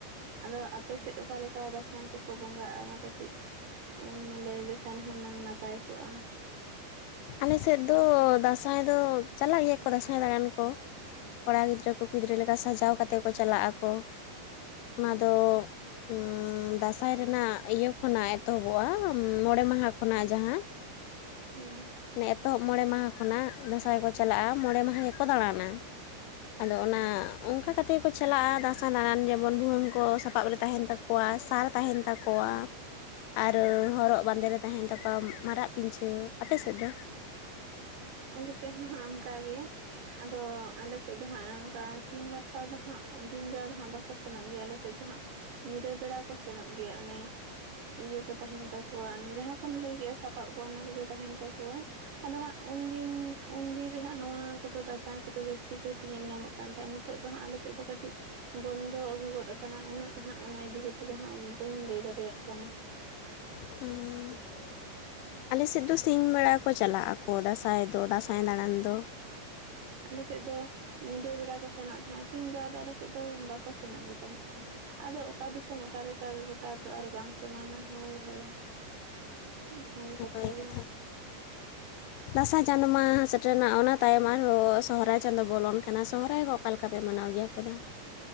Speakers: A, on the right; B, on the left.
A: ᱟᱫᱚ ᱟᱯᱮᱥᱮᱫ ᱚᱠᱟ ᱞᱮᱠᱟ ᱫᱟᱸᱥᱟᱭ ᱠᱚᱠᱚ ᱵᱚᱸᱜᱟᱜᱼᱟ ᱠᱟᱹᱴᱤᱡ ᱮᱢ ᱞᱟᱹᱭ ᱞᱮᱠᱷᱟᱱ ᱦᱩᱱᱟᱹᱝ ᱱᱟᱯᱟᱭ ᱠᱚᱜᱼᱟ?
B: ᱟᱞᱮᱥᱮᱫ ᱫᱚ ᱫᱟᱸᱥᱟᱭ ᱫᱚ ᱪᱟᱞᱟᱜ ᱜᱮᱭᱟ ᱠᱚ ᱫᱟᱸᱥᱟᱭ ᱫᱟᱬᱟᱱ ᱠᱚ ᱠᱚᱲᱟ ᱜᱤᱫᱽᱨᱟᱹ ᱠᱚ ᱠᱩᱲᱤᱜᱤᱫᱽᱨᱟᱹ ᱞᱮᱠᱟ ᱥᱟᱡᱟᱣ ᱠᱟᱛᱮᱜ ᱠᱚ ᱪᱟᱞᱟᱜᱼᱟ ᱠᱚ᱾ ᱚᱱᱟ ᱫᱚ ᱚᱸ ᱫᱟᱸᱥᱟᱭ ᱨᱮᱱᱟᱜ ᱤᱭᱟᱹ ᱠᱷᱚᱱᱟᱜ ᱮᱛᱚᱦᱚᱵᱚᱜᱼᱟ ᱢᱚᱬᱮ ᱢᱟᱦᱟ ᱠᱷᱚᱱᱟᱜ ᱡᱟᱦᱟᱸ
A: ᱚᱸ
B: ᱢᱮ ᱮᱛᱚᱦᱚᱵ ᱢᱚᱬᱮ ᱢᱟᱦᱟ ᱠᱷᱚᱱᱟᱜ ᱫᱟᱸᱥᱟᱭ ᱠᱚ ᱪᱟᱞᱟᱜᱼᱟ ᱢᱚᱬᱮ ᱢᱟᱦᱟ ᱜᱮᱠᱚ ᱫᱟᱬᱟᱱᱟ᱾ ᱟᱫᱚ ᱚᱱᱟ ᱚᱝᱠᱟ ᱠᱟᱛᱮ ᱜᱮ ᱠᱚ ᱪᱟᱞᱟᱜᱼᱟ ᱫᱟᱸᱥᱟᱭ ᱫᱟᱬᱟᱱ ᱡᱮᱢ ᱵᱚᱱ ᱵᱷᱩᱣᱟᱹᱝ ᱠᱚ ᱥᱟᱯᱟᱵ ᱨᱮ ᱛᱟᱦᱮᱱ ᱛᱟᱠᱚᱣᱟ, ᱥᱟᱨ ᱛᱟᱦᱮᱱ ᱛᱟᱠᱚᱣᱟ᱾ ᱟᱨᱚ ᱦᱚᱨᱚᱜ ᱵᱟᱸᱫᱮ ᱨᱮ ᱛᱟᱦᱮᱱ ᱛᱟᱠᱚᱣᱟ ᱢᱟᱨᱟᱜ ᱯᱤᱧᱪᱷᱟᱹᱨ᱾ ᱟᱯᱮ ᱥᱮᱫ ᱫᱚ?
A: ᱟᱞ ᱥᱮ ᱦᱟᱸᱦᱟᱸᱜ ᱚᱝᱠᱟ ᱜᱮ ᱟᱫᱚ ᱟᱞᱮ ᱥᱮᱫ ᱫᱚ ᱦᱟᱸᱜ ᱚᱱᱠᱟ ᱥᱤᱧ ᱢᱟᱨᱥᱟᱞ ᱫᱚ ᱦᱟᱸᱜ ᱫᱤᱱ ᱵᱮᱲᱟ ᱫᱚ ᱦᱟᱸᱜ ᱵᱟᱠᱚ ᱥᱮᱱᱚᱜ ᱜᱮᱭᱟ ᱟᱞᱮ ᱥᱮᱫ ᱫᱚ ᱦᱟᱸᱜ ᱧᱤᱫᱟᱹ ᱵᱮᱲᱟ ᱠᱚ ᱥᱮᱱᱚᱜ ᱜᱮᱭᱟ ᱚᱱᱮ ᱤᱭᱟᱹ ᱠᱚ ᱛᱟᱦᱮᱱ ᱛᱟᱠᱚᱣᱟ ᱡᱟᱦᱟᱸ ᱠᱚᱢ ᱞᱟᱹᱭ ᱠᱮᱜᱼᱟ ᱥᱟᱯᱟᱵ ᱠᱚᱜ ᱚᱱᱟ ᱠᱚᱜᱮ ᱛᱟᱦᱮᱱ ᱛᱟᱠᱚᱣᱟ ᱟᱫᱚ ᱦᱟᱸᱜ ᱩᱱᱫᱤᱱ ᱩᱱᱫᱤᱱ ᱨᱮᱦᱟᱸᱜ ᱱᱚᱣᱟ ᱠᱚᱫᱚ ᱫᱟᱥᱟᱭ ᱠᱚᱫᱚ ᱡᱟᱹᱥᱛᱤ ᱠᱟᱭᱛᱮ ᱧᱮᱞ ᱧᱟᱢᱚᱜ ᱠᱟᱱ ᱛᱟᱦᱮᱸ ᱱ ᱱᱤᱛᱚᱜ ᱫᱚ ᱦᱟᱸᱜ ᱟᱞᱮ ᱥᱮᱫ ᱫᱚ ᱠᱟᱹᱴᱤᱡ ᱵᱚᱱᱫᱚ ᱟᱹᱜᱩ ᱜᱚᱫ ᱟᱠᱟᱱᱟ ᱩᱱᱟᱹᱜ ᱦᱟᱸᱜ ᱚᱱᱟ ᱤᱫᱤᱛᱮᱫ ᱫᱚ ᱦᱟᱸᱜ ᱵᱟᱹᱧ ᱞᱟᱹᱭ ᱫᱟᱲᱮᱭᱟᱜ ᱠᱟᱱᱟ
B: ᱟᱨ ᱟᱞᱮ ᱥᱮᱫ ᱫᱚ ᱥᱤᱧ ᱵᱮᱲᱟ ᱠᱚ ᱪᱟᱞᱟᱜ ᱟᱠᱚ ᱫᱟᱸᱥᱟᱭ ᱫᱚ ᱫᱟᱸᱥᱟᱭ ᱫᱟᱬᱟᱱ ᱫᱚ
A: ᱟᱞᱮ ᱥᱮᱜ ᱫᱚ ᱧᱤᱫᱟᱹ ᱵᱮᱲᱟ ᱠᱚ ᱥᱮᱱᱚᱜ ᱛᱟᱦᱮᱸᱜ ᱥᱤᱧ ᱵᱮᱲᱟ ᱫᱚ ᱟᱞᱮ ᱥᱮᱜ ᱫᱚ ᱵᱟᱠᱚ ᱥᱮᱱᱚᱜ ᱜᱮ ᱛᱟᱦᱮᱸᱜᱼᱟ᱾ ᱟᱫᱚ ᱚᱠᱟ ᱫᱤᱥᱚᱢ ᱚᱠᱟᱞᱮᱠᱟ ᱜᱚᱴᱟ ᱫᱚ ᱟᱨᱚ ᱵᱟᱝ ᱥᱚᱢᱟᱱᱟ ᱦᱳᱭ ᱦᱳᱭ ᱚᱱᱟᱜᱮ
B: <inaudible> ᱱᱟᱯᱟᱭ
A: ᱫᱚ
B: ᱠᱟᱛᱷᱟ ᱫᱟᱸᱥᱟᱭ ᱡᱟᱱᱢᱟᱦ ᱨᱮᱱᱟᱜ ᱚᱱᱟ ᱛᱟᱭᱚᱢ ᱟᱨᱦᱚᱸ ᱥᱚᱦᱚᱨᱟᱭ ᱪᱟᱸᱫᱳ ᱵᱚᱞᱚᱱ ᱠᱟᱱᱟ ᱥᱚᱦᱚᱨᱟᱭ ᱦᱚᱸ ᱚᱠᱟ ᱞᱮᱠᱟ ᱯᱮ ᱢᱟᱱᱟᱣ ᱜᱮᱭᱟ ᱟᱯᱮ ᱫᱚ